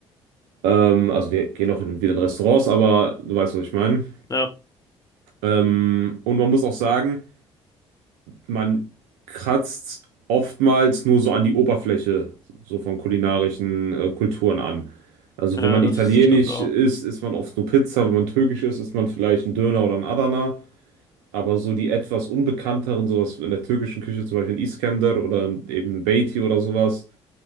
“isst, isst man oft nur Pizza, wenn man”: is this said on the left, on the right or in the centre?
Right